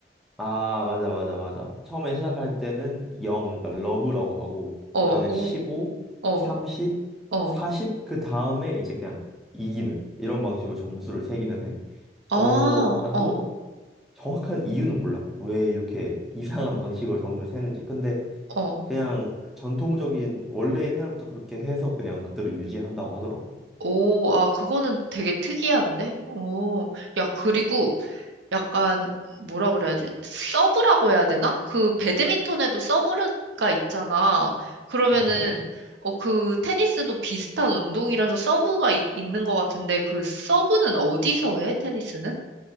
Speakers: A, in the centre; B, on the right (about 75°).
A: 아, 맞아, 맞아, 맞아. 처음에 시작할 때는 0, 그러니까 러브라고 하고,
B: 어,
A: 그 다음에
B: 오,
A: 15,
B: 어,
A: 30,
B: 어,
A: 40, 그 다음에 이제 그냥 이기는, 이런 방식으로 점수를 세기는 해.
B: 아,
A: 어, 나도
B: 어,
A: 정확한 이유는 몰라. 왜 이렇게 이상한 <laughs> 방식으로 점수를 세는지. 근데
B: 어.
A: 그냥 그 전통적인, 원래 옛날부터 그렇게 해서 그냥 그대로 유지한다고 하더라고.
B: 오, 아, 그거는 되게 특이한데? 오, 야, 그리고 약간 뭐라 그래야지? 서브라고 해야 되나? 그 배드민턴에도 서브가 있잖아. 그러면은
A: 맞아, 맞아.
B: 어, 그 테니스도 비슷한 운동이라서 서브가 이- 있는 것 같은데 그 서브는 어디서 해? 테니스는?